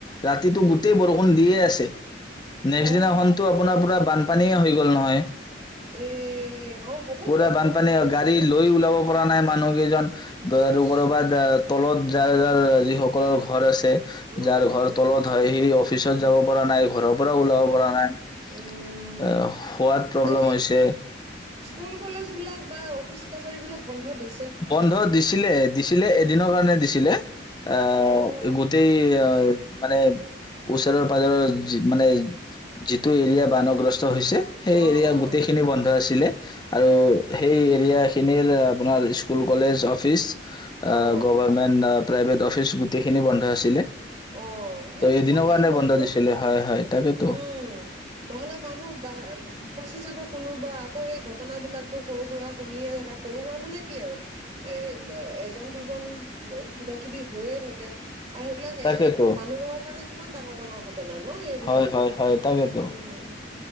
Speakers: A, on the left (about 25°); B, on the right (about 35°).
A: ৰাতিটো গোটেই বৰষুণ দিয়ে আছে নেক্স
B: অ
A: দিনাখন আপোনাৰ পৰা পানীয়ে হৈ গ'ল নহয়
B: এ অ হ'বতো
A: পুৰা
B: আকৌ
A: বানপানীয়ে
B: গোটেই
A: গাড়ী
B: ৰাতিটো।
A: লৈ ওলাব পৰা নাই মানুহ কেইজন
B: ইচ
A: আৰু কৰবাত তলত যাৰ যাৰ যিসকলৰ ঘৰ আছে
B: উম
A: যাৰ
B: উম
A: ঘৰ
B: উম
A: তলত হয় সি অফিচত
B: উম।
A: যাব পৰা নাই ঘৰৰ পৰা ওলাব পৰা হয় এ
B: উম,
A: সোৱাদ প্ৰব্লেম
B: এই
A: হৈছে
B: স্কুল কলেজ বিলাক বা অফিচ কাচাৰী বিলাক বন্ধ দি
A: বন্ধ দিছিলে দিছিলে এদিনৰ কাৰণে দিছিলে আহ
B: অ',
A: গোটেই আহ মানে ওচৰৰ পাজৰৰ মানে যিটো এৰিয়া বানগ্ৰস্ত সেই
B: অ',
A: এৰিয়া
B: অ',
A: গোটেইখিনি বন্ধ আছিলে আৰু সেই এৰিয়া খিনিৰ আপোনাৰ স্কুল কলেজ অফিচ
B: অ',
A: গভমেণ্ট ন প্ৰাইভেট অফিচ গোটেইখিনি বন্ধ আছিলে
B: অ ন
A: ত
B: দিব
A: এদিনৰ
B: লাগিব
A: কাৰণে বন্ধ
B: আকৌ
A: দিছিলে হয় হয় তাকেতো
B: উম নহলে মানুহ ব ফচি যাব কোনোবা আকৌ সেই ঘটনাবলাকো সৰু সুৰা শুনিয়ে থাককা সৰু সুৰা মানে কি আৰু এ এজন দুজন কিবা কিবি হৈয়ে থাকে আৰু াকে
A: তাকেতো
B: মানুহোৰৰ কাৰণে কিমান ডাঙৰ ডাঙৰ ঘটনা ন এইবিলাক
A: হয় হয় হয় তাকেতো
B: উম